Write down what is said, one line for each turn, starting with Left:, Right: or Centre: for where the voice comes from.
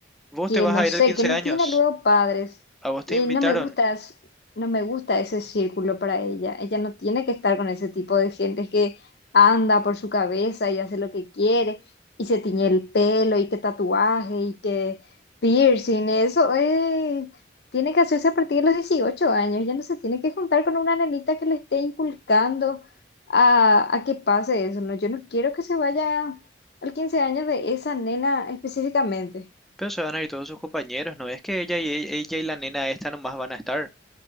Centre: Vos
Left: que
Centre: te vas
Left: no
Centre: a
Left: sé,
Centre: ir al 15
Left: que no
Centre: años,
Left: tiene luego padres.
Centre: a vos
Left: Eh,
Centre: te invitaron,
Left: no me gusta, es- no me gusta ese círculo para ella. Ella no tiene que estar con ese tipo de gente que anda por su cabeza y hace lo que quiere y se tiñe el pelo y que tatuaje y que piercing. Eso es tiene que hacerse a partir de los 18 años, ya no se tiene que juntar con una nenita que le esté inculcando a, a que pase eso, ¿no? Yo no quiero que se vaya al 15 años de esa nena específicamente.
Centre: Pero se van a ir todos sus compañeros, ¿no ves que ella y e- ella y la nena esta nomás van a estar?